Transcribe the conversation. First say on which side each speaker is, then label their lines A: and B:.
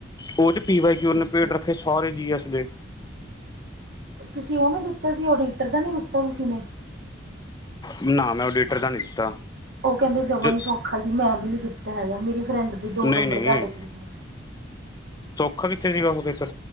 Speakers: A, on the left; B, on the right.
A: ਉਹ ਚ ਪੀ ਵਾਈ ਕਿਉਂ
B: ਠੀਕ
A: ਪੇਟ
B: ਹੈ
A: ਰੱਖੇ ਸਾਰੇ ਜੀ ਐਸ ਦੇ।
B: ਤੁਸੀਂ ਉਹਨੂੰ ਦਿੱਤਾ ਸੀ ਓਡੀਟਰ ਦਾ ਨੀ ਦਿੱਤਾ ਤੁਸੀਂ ਨੇ।
A: ਨਾ ਮੈਂ ਓਡੀਟਰ ਦਾ ਨੀ ਦਿੱਤਾ।
B: ਉਹ ਕਹਿੰਦੇ ਜਮਾਂ
A: ਜ
B: ਹੀ ਸੌਖਾ ਸੀ ਮੈਂ ਵੀ ਨਹੀਂ ਦਿੱਤਾ ਹੈਗਾ ਮੇਰੀ ਫਰੈਂਡ ਦੇ ਦੋ
A: ਨਹੀਂ
B: ਨੰਬਰ
A: ਨਹੀਂ
B: ਘੱਟ ਗਏ ਬਸ।
A: ਕਭੀ ਥੇ ਜ੍ਹਗਾ ਓ ਪੇਪਰ।